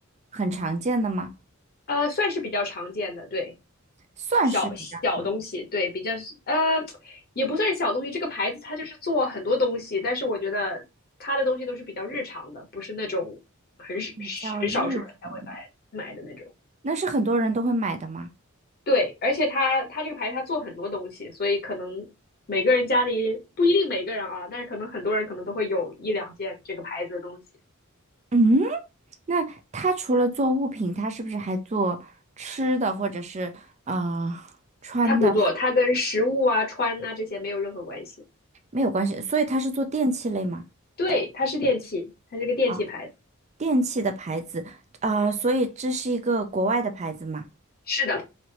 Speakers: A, on the right; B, on the left.
A: 很常见的吗？
B: 呃，算是比较常见的，对，
A: 算是比较常，
B: 小小东西，对，比较呃，也不算是小东西。这个牌子它就是做很多东西，但是我觉得它的东西都是比较日常的，不是那种很少很少数人才会买买的那种。
A: 比较日常的。那是很多人都会买的吗？
B: 对，而且它它这个牌它做很多东西，所以可能每个人家里不一定每个人啊，但是可能很多人可能都会有一两件这个牌子的东西。
A: 嗯，那它除了做物品，它是不是还做吃的或者是啊穿的？
B: 它不做，它跟食物啊、穿呐、这些没有任何关系。
A: 没有关系，所以它是做电器类吗？
B: 对，它是电器，它是个电器牌子。
A: 啊，电器的牌子，呃，所以这是一个国外的牌子吗？
B: 是的，